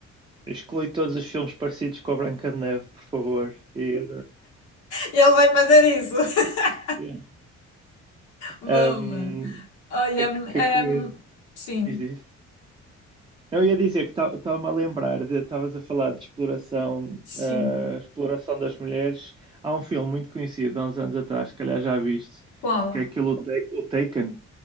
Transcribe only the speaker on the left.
E ele vai fazer isso. <laughs>
Boa.
Olha,
ehm,
sim,
sim.
Qual?